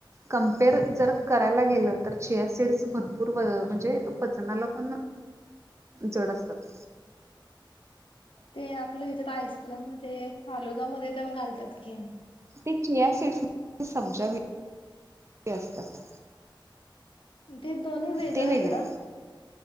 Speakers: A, on the right; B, on the left.
A: कमपेअर जर करायला गेलं तर िया सीडस भरपूर म्हणजे पचनाला पण जोड असत
B: ते आपलं ह्याच्यात आईस्क्रीम मध्ये फालोदामध्ये तळून घालतात की?
A: ते चेयार सीट्समध्ये सम्जा असतात.
B: ते दोन्ही वेगळंय
A: ते वेगळं
B: का?